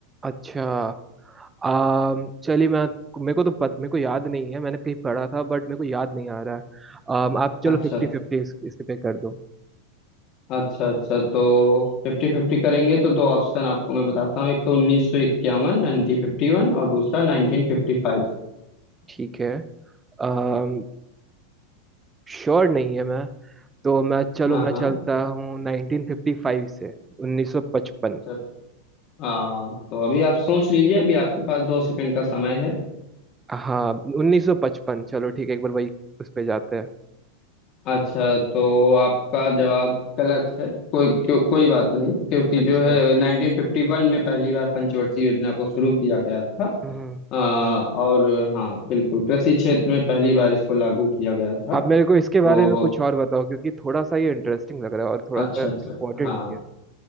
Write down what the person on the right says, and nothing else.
अच्छा आम चलिए मैं मेरे को तो पत, मेरे को याद नहीं है मैंने कहीं पढ़ा था बट मेरे को याद नहीं आ रहा है आम, आप चलो
फिफ्टी
फिफ्टी इस, इस पे कर दो
ठीक है आम, श्योर नहीं है मैं तो मैं चलो
मैं
चलता हूँ 1955 से 1955
हाँ 1955 चलो ठीक है एक बार वही उस पे जाते हैं
अच्छा
हम्म
आप मेरे को इसके बारे
में कुछ तो और बताओ क्योंकि थोड़ा सा ये इंटरेस्टिंग लग रहा है और थोड़ा
सा
इम्पोर्टेंट
भी है